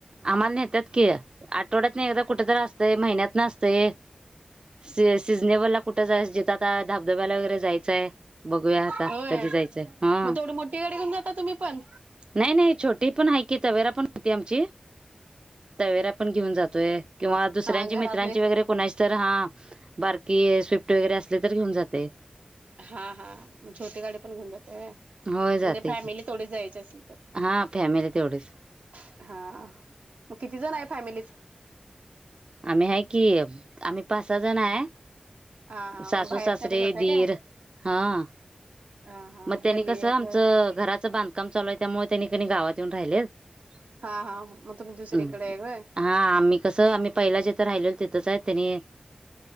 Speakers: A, on the right (about 35°); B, on the right (about 75°).
A: आम्हाला नेतात कि. आठवड्यातन एकदा कुठं तरी असतंय, महिन्यातन असतय. स सिजनेबला कुठं जाय, जिथं आता धबधब्याला वगैरे जायचंय. बघूया आता,
B: होय
A: कधी जायचंय? हा.
B: मग तेवढी मोठी गाडी घेऊन जातात तुम्ही पण-
A: नाही नाही छोटी पण आहे की, तवेरा पण होती आमची. तवेरा पण घेऊन जातोय. किंवा दुसऱ्यांची
B: हा घरातले
A: मित्रांची वगैरे कोणाची तर हा बारकी स्विफ्ट वगैरे असली तर घेऊन जातोय.
B: हा हा छोटी गाडी पण घेऊन जाताय व्हयं.
A: होय जाते
B: म्हणजे फॅमिलीच
A: की
B: तेवढी जायची असली तर.
A: हा फॅमिली तेवढीच
B: <inaudible> हा. मग किती जण आहेत फॅमिलीत?
A: आम्ही हाय कि, आम्ही पाच सहा जण हाय.
B: हा हा
A: सासू
B: मग बाहेरच्याने
A: सासरे,
B: घेताय
A: दीर
B: काय
A: हा.
B: हा हा
A: <inaudible> मग तेनी
B: गल्लीतल्या
A: कसं आमचं घराचं बांधकाम चालू आहे, त्यामुळे तेनी कणी गावात येऊन राहिलेत.
B: हा हा
A: <inaudible>
B: मग तुम्ही दुसरीकडे आहे होय
A: हा आम्ही कसं आम्ही- पहिला जिथं रायचो तिथंच हाय तेनी -